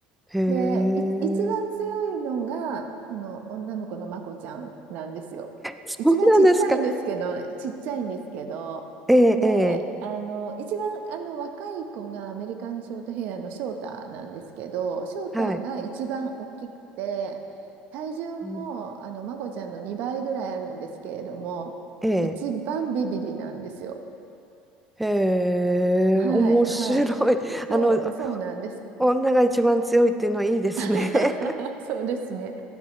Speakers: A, in the centre; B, on the right.
A: へえ、
B: で、い一番強いのが、この女の子のまこちゃんなんですよ。
A: そうなんですか。
B: 一番ちっちゃいんですけど、ちっちゃいんですけど、
A: ええ、
B: で、
A: え
B: あの、一番あの若い子がアメリカンショートヘアのショーターなんですけど、ショーターが一番大きくて、
A: え、はい。
B: 体重もあのまこちゃんの2倍ぐらいあるんですけれども、
A: うんええ、
B: 一番ビビリなんですよ。
A: へえ、
B: はい、
A: 面白い。
B: はい。
A: <laughs>
B: そう、
A: あの、
B: そうなんです。
A: 女が一番強いっていうのはいいですね。
B: <laughs> そうですね。